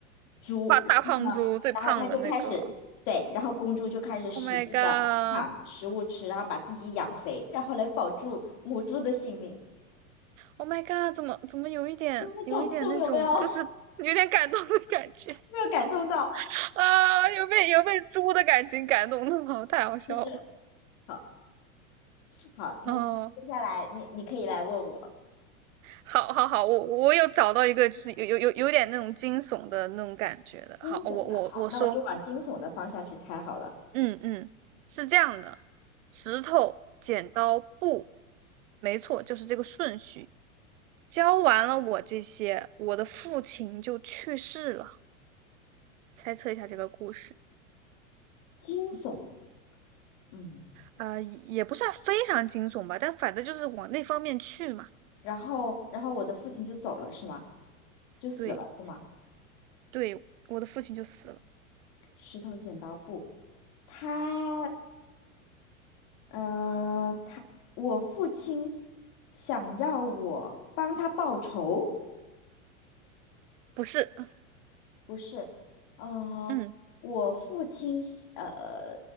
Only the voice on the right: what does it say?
大大胖猪最胖的那个
，Oh my god！
Oh my god，怎么怎么有一点有一点那种，
就是有点感动的感觉
<laughs> 啊，有被有被猪的感情感动好，<laughs> 太好笑了。
哦，好，好，好，我我有找到一个，就是有有有有点那种惊悚的那种感觉的。
好，我我我说，
嗯嗯，是这样的，石头、剪刀、布，没错，就是这个顺序。教完了我这些，我的父亲就去世了。猜测一下这个故事。
呃，也不算非常惊悚吧，但反正就是往那方面去嘛。
对对，我的父亲就死了，
不是，
嗯，